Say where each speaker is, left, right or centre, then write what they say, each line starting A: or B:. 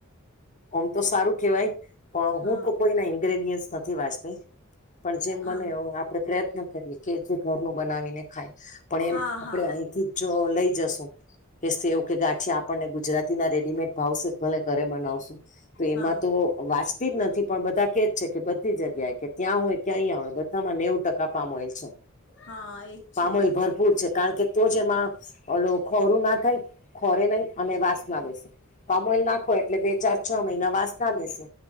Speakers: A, on the left; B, on the left.
A: ઓમ તો સારું કહેવાય પણ
B: હા
A: હું તો કોઈના ઇન્ગ્રેડિયન્ટસ નથી વાંચ પણ જેમ
B: હા
A: બને એવ આપડે પ્રયત્ન કરીએ કે જે ઘરનું બનાવીને ખાય પણ
B: હા
A: એમ તો આપડે
B: હા
A: અહીંથી જો લઈ જશું કે સેવ કે ગાંઠિયા પને અને ગુજરાતીના રેડીમેડ ભાવશે ભલે ઘરે બનાવશું તો
B: હા
A: એમાં તો વા તી જ નથી પણ બધા કે જ છે, કે બધી જગ્યાએ કે ત્યાં હોય કે અહીં હોય બધામાં નેવું ટકા પામ ઓઈલ છે.
B: હા. એજ
A: પામોય
B: છે એજ
A: ભરપૂર છે, કારણ કે તો જેમાં ઓલ ખોરું ના થાય ખોરે નહી અને વાસના બેસે પામોઈલ નાખો એટલે બે ચાર છ મહિના વાસના બેસે